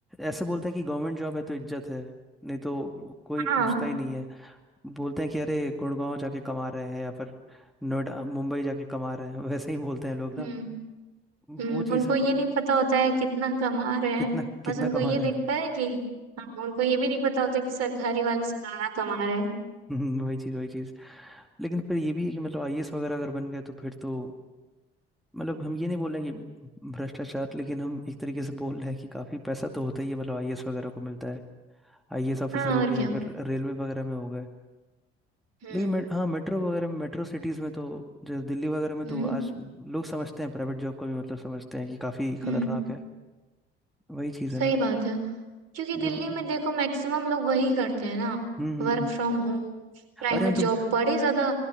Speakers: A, in the centre; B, on the right (about 55°).
A: ऐसे बोलते हैं कि गवर्नमेंट जॉब है तो इज्जत है नहीं तो कोई
B: हाँ
A: पूछता ही नहीं है बोलते हैं कि अरे गुड़गांव जाके कमा रहे हैं या फिर नोएडा मुंबई जाके कमा रहे हैं वैसे ही बोलते हैं लोग
B: हम्म
A: ना वो
B: हम्म,
A: चीज़
B: उनको
A: है
B: ये नहीं पता होता है कितना कमा रहे हैं
A: कितना कितना
B: बस उनको
A: कमा
B: ये
A: रहा
B: दिखता
A: है
B: है कि हाँ उनको ये भी नहीं पता होता कि सरकारी वालों से ज्यादा कमा रहे हैं हम्म,
A: <laughs> हम्म, वही चीज़ वही चीज़ लेकिन फिर ये भी है कि मतलब आईएएस वगैरह अगर बन गए तो फिर तो मतलब हम ये नहीं बोल रहे कि भ्रष्टाचार लेकिन हम एक तरीके से बोल रहे हैं कि काफी पैसा तो होता ही है मतलब आईएएस वगैरह को मिलता है आईएएस ऑफिसर
B: हाँ
A: हो
B: और
A: गए
B: क्या
A: फिर रेलवे वगैरह में हो गए
B: हम्म
A: लेकिन मे, हाँ मेट्रो वगैरह में मेट्रो सिटीज में तो जैसे दिल्ली वगैरह में
B: हम्म
A: तो आज लोग समझते हैं प्राइवेट जॉब को भी मतलब समझते हैं कि काफी
B: हम्म
A: खतरनाक है वही चीज
B: सही
A: है ना
B: बात है क्योंकि दिल्ली
A: जब
B: में देखो मैक्सिमम लोग वही करते हैं ना
A: हम्म हम्म
B: work
A: हम्म।
B: from home private
A: अरे हम तो
B: job बड़े ज्यादा